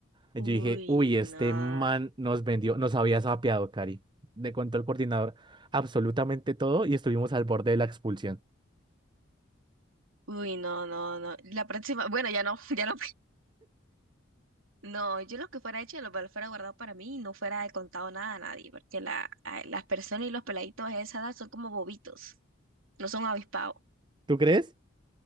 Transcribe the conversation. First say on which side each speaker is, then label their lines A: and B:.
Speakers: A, on the right; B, on the right.
A: Y
B: Uy,
A: yo dije, uy, este
B: no.
A: man nos vendió, nos había sapeado, Cari. Me contó el coordinador absolutamente todo y estuvimos al borde de la expulsión.
B: Uy, no, no, no. La próxima, bueno, ya no, <laughs> ya no. No, yo lo que fuera hecho, lo que fuera guardado para mí y no fuera contado nada a nadie, porque la, a- las personas y los peladitos de esa edad son como bobitos, no son avispados.
A: ¿Tú crees?